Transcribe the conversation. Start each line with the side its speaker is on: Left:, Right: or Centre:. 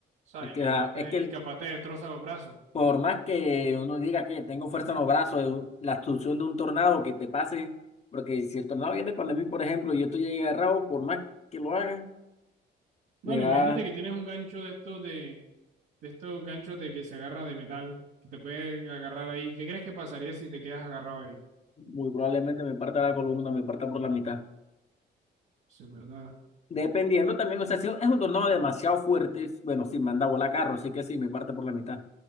Right: sea,
Left: Es
Right: y
Left: que,
Right: capaz
Left: ah,
Right: te,
Left: es que el-
Right: y capaz te destroza los brazos.
Left: por más que uno diga que tengo fuerza en los brazos, eh, la succión de un tornado que te pase, porque si el tornado viene para mí, por ejemplo, y yo estoy agarrado, por más que lo haga,
Right: Bueno,
Left: me
Right: imagínate
Left: va.
Right: que tienes un gancho de estos de, de estos ganchos de que se agarra de metal, que te puede agarrar ahí. ¿Qué crees que pasaría si te quedas agarrado ahí?
Left: Muy probablemente me parta la columna, me parta por la mitad.
Right: Eso es verdad.
Left: Dependiendo también, o sea, si es un tornado demasiado fuerte, bueno, si manda a volar carro, así que sí, me parte por la mitad.